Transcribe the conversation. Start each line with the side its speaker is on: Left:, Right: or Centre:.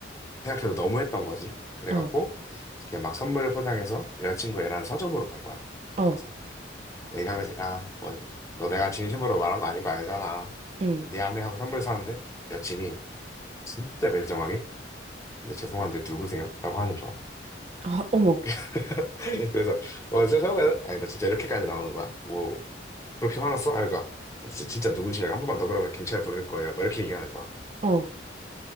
Left: 생각해도 너무했던 거지. 그래갖고
Right: 어,
Left: 이렇게 막 선물을 포장해서 여자친구애랑 서점으로 간 거야.
Right: 어,
Left: 그래서 얘기한 거지. 아, 뭐, 너 내가 진심으로 말한 거 아닌 거 알잖아.
Right: 응.
Left: 미안해 하고 선물 사는데 여친이 진짜 매정하게 근데 죄송한데 누구세요? 라고 하는 거야.
Right: 아, 어머,
Left: <laughs> 그래서 어, 그래서 처음에는 아니 나 진짜 이렇게까지 나오는 거야? 뭐 그렇게 화났어? 아, 그러니까 진- 진짜 누구시냐? 한 번만 더 그러면 경찰 부를 거예요. 막 이렇게 얘기하는 거야.
Right: 어.